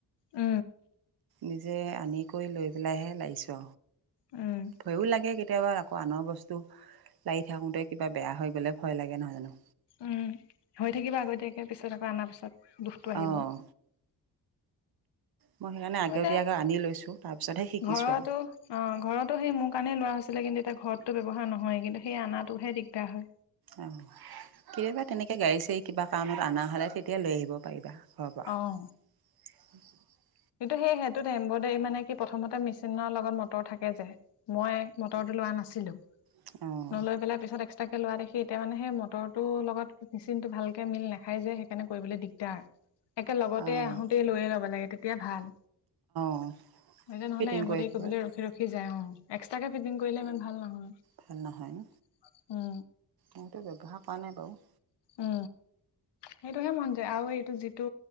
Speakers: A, on the left (about 80°); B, on the right (about 60°).
A: উ।
B: নিজে আনি কৰি লৈ পেলাইহে লাইছ।
A: উম
B: ভয়ো লাগে কে কেতিয়াবা আকৌ আনৰ বস্তু লায়ী থাকোঁতে কিবা বেয়া হৈ গ'লে ভয় লাগে নহয় জানো।
A: উ। হৈ থাকিব আগতীয়াকে পিছত আকৌ অনাৰ পিছত দুখটো আহিব।
B: অঁ মই সেইকাৰণে আগতীয়াকৈ
A: মানে,
B: আনি লৈছোঁ তাৰপিছতহে শিকিছোঁ
A: ঘৰতো
B: আৰু
A: অ', ঘৰতো সেই মোৰ কাৰণে লোৱা হৈছি <unintelligible> কিন্তু এতিয়া ঘৰতটো ব্যৱহাৰ নহয়, কিন্তু সেই অনাটোহে দিগদাৰ হয়।
B: অ', কেবা তেনেকে গাড়ী-চাড়ী কিবা কাৰনত অনা হ'লে তেতিয়া লৈ আহিব পাৰিবা। ঘৰৰ পৰা
A: অ'।
B: <inaudible>
A: কিন্তু সেই সেইটোত এম্ব্ৰইডাৰী মানে কি প্ৰথমতে মেচিনৰ লগত মটৰ থাকে যে। মই মটৰটো লোৱা নাছিলো।
B: অঁ
A: নলৈ পেলাই পিছত এক্সট্ৰা লোৱা দেখি এতিয়া মানে সেই মটৰটো লগত মেচিনতটো ভালকে মিল নাখাই যে সেইকাৰণে কৰিবলৈ দিগদাৰ। একেলগতে
B: অঁ অঁ
A: আহোতেই লৈয়ে লব লাগে তেতিয়া ভাল।
B: অঁ
A: এতিয়া নহলে
B: ফিটিং
A: এম্ব্ৰয়ডাৰী
B: কৰি একেবাৰে
A: কৰিবলৈ ৰখি ৰখি যায় অ'। এক্সট্ৰাকে ফিটিং কৰিলে ইমান ভাল নহয়।
B: ভাল ন
A: উ।
B: মইতো ব্যৱহাৰ কৰা নাই বাৰু।
A: উ। সেইটোহে মন যায় আৰু এইটো যিটো